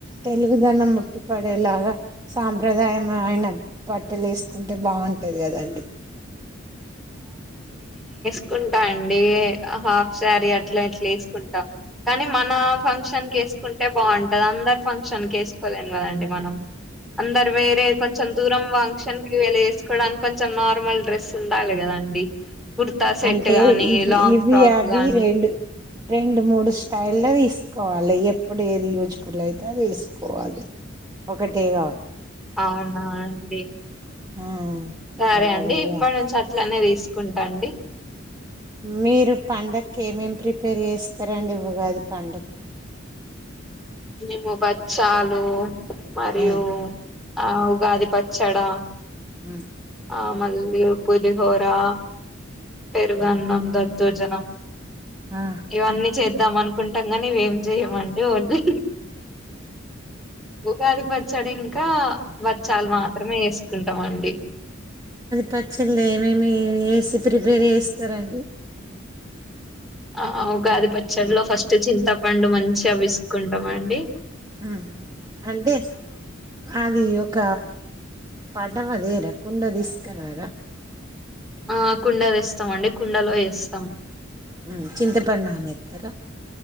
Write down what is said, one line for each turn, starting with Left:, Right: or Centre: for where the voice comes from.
Right: తెలుగుదనం ఉట్టి పడేలాగా సాంప్రదాయమైన బట్టలు వేసుకుంటే బాగుంటుది కదండి
Centre: తీసుకుంటా అండి హాఫ్ శారీ అట్లా అట్లా వేసుకుంటాం కానీ మన ఫంక్షన్ ఫంక్షన్ కి వేసుకుంటే బాగుంటది అందరు ఫంక్షన్ కి వేసుకోలేను కదండి మనం అందరు వేరే కొంచెం దూరం వాంగ్ ఫంక్షన్ కి ఇవాళ వేసుకోడానికి కొంచెం నార్మల్ డ్రెస్ ఉండాలి కదండి కుర్తా సెట్
Right: అంటే
Centre: గానీ
Right: ఇవి
Centre: లాంగ్
Right: ఇవి
Centre: ఫ్రాక్
Right: అవి
Centre: గానీ
Right: రెండు రెండు మూడు స్టైల్ ల్ల తీసుకోవాలి ఎప్పుడు ఏది యూజ్ఫుల్ అయితే అది తీసుకోవాలి ఒకటి గా
Centre: అవునా అండి
Right: ఆ
Centre: సరే
Right: అలా
Centre: అండి
Right: చేయాలి
Centre: ఇప్పటి నుంచి అట్లనే తీసుకు కుంటాండి
Right: మీరు పండగ కే ఏమేం ప్రిపేర్ చేస్తారండి ఉగాది పండగకు
Centre: మేము బచ్చాలు లు మరియు
Right: ఆ
Centre: ఓ ఆ ఉగాది పచ్చడా
Right: హు
Centre: ఆ మల్లి పుదిహోరా పెరుగ్ అన్నం ద ద్దోజనం
Right: ఆ
Centre: ఇవన్నీ చేద్దాం అన్ కుంటం నిగా ఇవేం చెయమండి ఓన్లీ ఉగాది పచ్చడి ఇంకా వచ్చాలు మాత్రమే ఎస్ కుంటం అండి.
Right: పచ్చళ్ళ్ ఏమేమి ఏసి ప్రిపేర్ ఎస్తారండి.
Centre: ఆ ఉగాది పచ్చల్లో ఫస్ చింతపండు మంచిగా విసుకుంటమండి.
Right: ఆ అంటే అది ఒక పా కడవదేరా కుండ తీస్కరార
Centre: ఆ కుండ వేస్తామండి కుండలో వేస్తాము.
Right: ఆ చింతపండ్ నానెత్తర